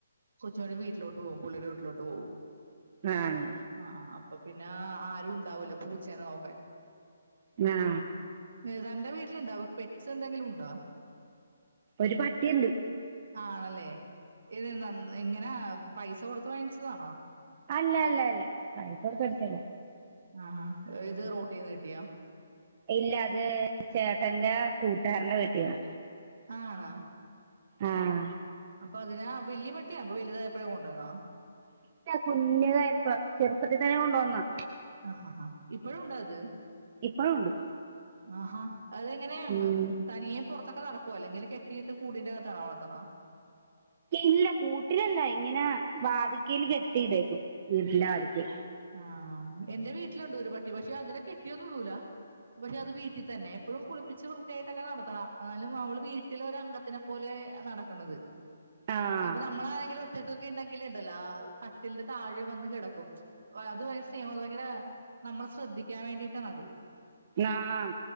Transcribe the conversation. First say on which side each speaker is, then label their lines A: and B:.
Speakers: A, on the right (about 75°); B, on the right (about 40°).
A: ഉച്ച കഴി വീട്ടിലോട്ട് പോവും പുള്ളീടെ വീട്ടിലോട്ട് പോവും
B: ആണ്
A: ആഹ് -ആഹ് അപ്പൊ പിന്നാ ആരും ഇണ്ടാവോലൊ പൂച്ചേനെ നോക്കാൻ
B: ങ്ങാ
A: നെയ്സാറിന്റെ വീട്ടില്ണ്ടാ പെറ്റ്സ് എന്തെങ്കിലും ഉണ്ടൊ
B: ഒരു പട്ടിയ്ണ്ട്
A: ആണല്ലേ ഇതീന്നൊന്ന് ഇങ്ങനാ പൈസ കൊടുത്ത് വാങ്ങിച്ചതാണൊ
B: അല്ലല്ലല്ല പൈസ കൊടുത്ത് വേടിച്ചയല്ല
A: ആഹ് ഇത് റോട്ടീന്ന് കിട്ടിയാ
B: ഇല്ല അത് ചേട്ടന്റെ കൂട്ടുകാരന്റെ വീട്ടീന്നാ
A: ആണാ
B: ആഹ്
A: അപ്പ അതിനാ വലിയ പട്ടിയാ അപ്പൊ വലുതായപ്പഴേ കൊണ്ടുവന്നാ
B: ഇല്ല കുഞ്ഞതായപ്പ ചെറുപ്പത്തി തന്നെ കൊണ്ടുവന്നാ
A: അഹ് ഹ ഹ ഇപ്പഴും ഉണ്ട അത്
B: ഇപ്പളൂണ്ട്
A: ആഹാ അതെങ്ങനെയാ
B: ഉം
A: തനിയെ പൊറത്തൊക്കെ നടക്കുവോ അല്ലെങ്കിൽ കെട്ടിയിട്ട് കൂടിന്റെകത്താണോ വളർത്തണെ
B: ഇല്ല കൂട്ടിലല്ല ഇങ്ങനെ വാതിക്കേൽ കെട്ടിയിടുവാരുന്നു വീടിന്റെ വാതിക്കെ
A: ആഹ് എന്റെ വീട്ടില് ഒണ്ടൊരു പട്ടി പക്ഷെ അതിനെ കെട്ടിയൊന്നും ഇടൂല പക്ഷെ അത് വീട്ടി തന്നെ എപ്പഴും കുളിപ്പിച്ച് വൃത്തിയായിട്ടൊക്കെ നടത്തണ എന്നാലും അവള് വീട്ടിലൊരംഗത്തിനെ പോലെ നടക്കണത്
B: ആഹ്
A: അപ്പ നമ്മൾ ആരെങ്കിലും ഒറ്റക്കൊക്കെ ഉണ്ടെങ്കിലിണ്ടല്ലാ കട്ടിലിന്റെ താഴെ വന്ന് കെടക്കും വ അത് ഭയങ്കര സ്നേഹ <unintelligible> നമ്മള് ശ്രദ്ധിക്കാൻ വേണ്ടിയിട്ടാ അത്
B: നാം